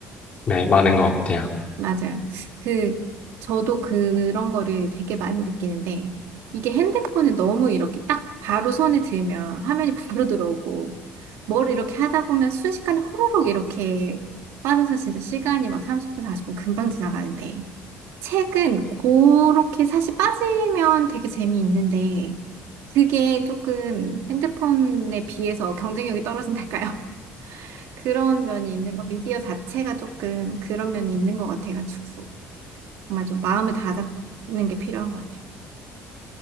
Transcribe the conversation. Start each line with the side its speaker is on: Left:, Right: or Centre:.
Left: 네, 많은 것 같아요.
Right: 맞아요. 그, 저도 그런 거를 되게 많이 느끼는데, 이게 핸드폰을 너무 이렇게 딱 바로 손에 들면 화면이 바로 들어오고, 뭘 이렇게 하다 보면 순식간에 호로록 이렇게 빠져서 진짜 시간이 막 30분, 40분 금방 지나가는데, 책은 그렇게 사실 빠지면 되게 재미있는데, 그게 조금 핸드폰에 비해서 경쟁력이 떨어진달까요? <laughs> 그런 면이 있는 거, 미디어 자체가 조금 그런 면이 있는 것 같아가지고. 정말 좀 마음을 다잡는 게 필요한 것 같아요.